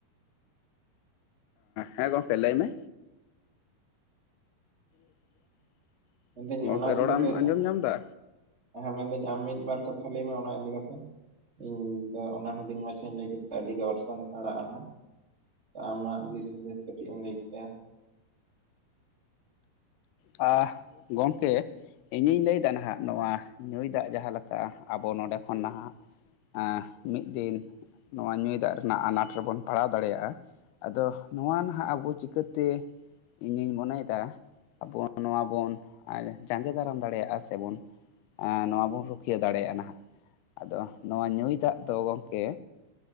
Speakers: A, on the left (about 80°); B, on the right (about 15°).
A: ᱦᱮᱸ ᱜᱚᱢᱠᱮ ᱞᱟᱹᱭ ᱢᱮ? <inaudible>
B: ᱢᱮᱱᱫᱟᱹᱧ
A: ᱜᱚᱝᱠᱮ
B: ᱚᱱᱟ ᱤᱫᱤ
A: ᱨᱚᱲᱮᱢ
B: ᱠᱟᱛᱮᱫᱼᱼ
A: ᱟᱸᱡᱚᱢ ᱧᱟᱢ ᱮᱫᱟ
B: ᱦᱮᱸ ᱢᱮᱱᱫᱟᱹᱧ ᱟᱢ ᱢᱤᱫ ᱵᱟᱨ ᱠᱟᱛᱷᱟ ᱞᱟᱹᱭ ᱢᱮ ᱚᱱᱟ ᱤᱫᱤ ᱠᱟᱛᱮ? ᱤᱧ ᱫᱚ ᱚᱱᱟ ᱦᱩᱰᱤᱧ ᱢᱟᱪᱷᱟᱧ ᱞᱟᱹᱭ ᱠᱮᱫᱟ ᱟᱹᱰᱤ ᱜᱮ ᱚᱨᱥᱟᱝ ᱯᱟᱲᱟᱜᱼᱟ ᱱᱟᱜ ᱟᱢᱟᱜ ᱫᱤᱥ ᱦᱩᱫᱤᱥ ᱠᱟᱹᱴᱤᱡ ᱮᱢ ᱞᱟᱹᱭ ᱠᱮᱭᱟ?
A: ᱟ ᱜᱚᱢᱠᱮᱼᱼ ᱤᱧᱤᱧ ᱞᱟᱹᱭᱫᱟ ᱱᱟᱦᱟᱜ ᱱᱚᱣᱟ ᱧᱩᱭ ᱫᱟᱜ ᱡᱟᱦᱟᱸ ᱞᱮᱠᱟ ᱟᱵᱚ ᱱᱚᱰᱮ ᱠᱷᱚᱱ ᱱᱟᱦᱟᱜᱼᱼ ᱢᱤᱫ ᱫᱤᱱ ᱱᱚᱣᱟ ᱧᱩᱭ ᱫᱟᱜ ᱨᱮᱱᱟᱜ ᱟᱱᱟᱴ ᱨᱮᱵᱚᱱ ᱯᱟᱲᱟᱣ ᱫᱟᱲᱮᱭᱟᱜᱼᱟ᱾ ᱟᱫᱚ ᱱᱚᱣᱟ ᱱᱟᱦᱟᱜ ᱟᱵᱚ ᱪᱤᱠᱟᱹᱛᱮ ᱤᱧᱤᱧ ᱢᱚᱱᱮᱭᱮᱫᱟ ᱟᱵᱚᱼᱼ ᱱᱚᱣᱟ ᱵᱚᱱ ᱡᱟᱸᱜᱮ ᱫᱟᱨᱟᱢ ᱫᱟᱲᱮᱭᱟᱜᱼᱟ ᱥᱮᱵᱚᱱᱼᱼ ᱟ ᱱᱚᱣᱟ ᱵᱚᱱ ᱨᱩᱠᱷᱤᱭᱟᱹ ᱫᱟᱲᱮᱭᱟᱜᱼᱟ ᱱᱟᱦᱟᱜ᱾ ᱟᱫᱚ ᱱᱚᱣᱟ ᱧᱩᱸᱭ ᱫᱟᱜ ᱫᱚ ᱜᱚᱢᱠᱮ